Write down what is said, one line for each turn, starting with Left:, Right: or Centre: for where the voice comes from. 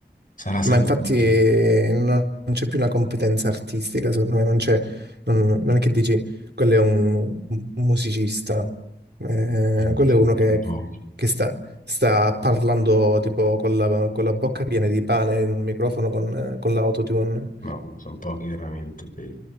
Left: Sarà sempre...
Right: Ma infatti
Left: musica.
Right: eh, non non c'è più una competenza artistica, secondo me, non c'è, non, non è che dici quello è un, un musicista, Eh,
Left: Eh,
Right: quello
Left: sono-
Right: è uno che,
Left: sono pochi.
Right: che sta, sta parlando tipo con la, con la bocca piena di pane in un microfono con, con l'autotune.
Left: No, sono pochi veramente, vero,